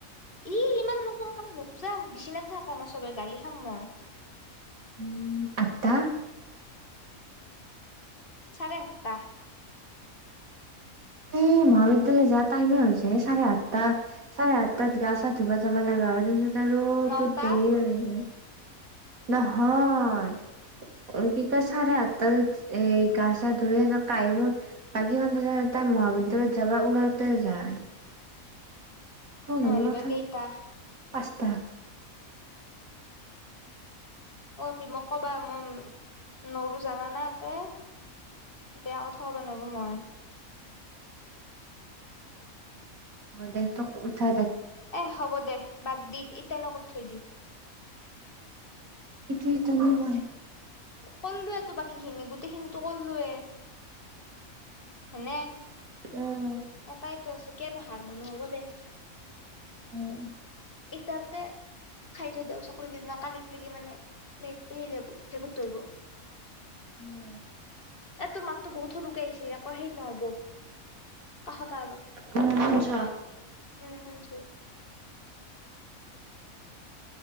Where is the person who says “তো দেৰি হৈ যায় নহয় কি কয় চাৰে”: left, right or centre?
Right